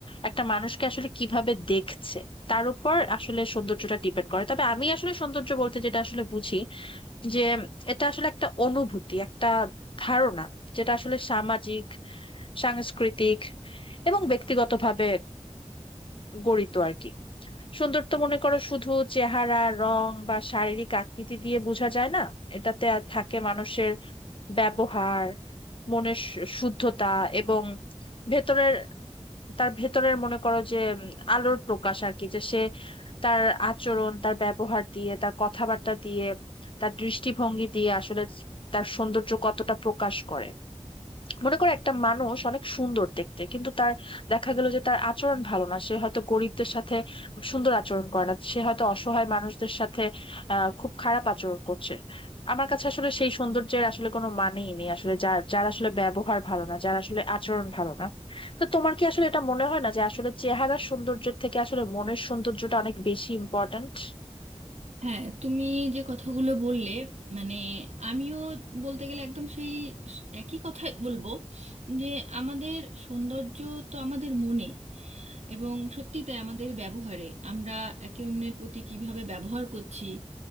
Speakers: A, on the left; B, on the right.
A: একটা মানুষকে আসলে কিভাবে দেখছে তার উপর আসলে সৌন্দর্যটা ডিপেন্ড করে তবে আমি আসলে সৌন্দর্য বলতে যেটা আসলে বুঝি যে এটা আসলে একটা অনুভূতি একটা ধারণা যেটা আসলে সামাজিক সাংস্কৃতিক এবং ব্যক্তিগতভাবে গড়িত আর কি সৌন্দর্য মনে করো শুধু চেহারা রং বা শারীরিক আকৃতি দিয়ে বোঝা যায় না এটাতে থাকে মানুষের ব্যবহার মনের শু- শুদ্ধতা এবং ভেতরের তার ভেতরের মনে করো যে উম, আলোর প্রকাশ আর কি যে সে তার আচরণ তার ব্যবহার দিয়ে তার কথাবার্তা দিয়ে তার দৃষ্টিভঙ্গি দিয়ে আসলে তার সৌন্দর্য কতটা প্রকাশ করে মনে করো একটা মানুষ অনেক সুন্দর দেখতে কিন্তু তার দেখা গেল যে তার আচরণ ভালো না সে হয়তো গরিবদের সাথে সুন্দর আচরণ করে না সে হয়তো অসহায় মানুষদের সাথে আহ খুব খারাপ আচরণ করছে আমার কাছে আসলে সেই সৌন্দর্যের আসলে কোনো মানেই নেই আসলে যার যার আসলে ব্যবহার ভালো না যার আসলে আচরণ ভালো না তো তোমার কি আসলে এটা মনে হয় না যে আসলে চেহারার সৌন্দর্যের থেকে আসলে মনের সৌন্দর্যটা অনেক বেশি ইম্পর্ট্যান্ট
B: হ্যাঁ তুমি যে কথাগুলো বললে মানে আমিও বলতে গেলে একদম সেই স- একই কথাই বলবো যে আমাদের সৌন্দর্য তো আমাদের মনে এবং সত্যি তাই আমাদের ব্যবহারে আমরা একে অন্যের প্রতি কিভাবে ব্যবহার করছি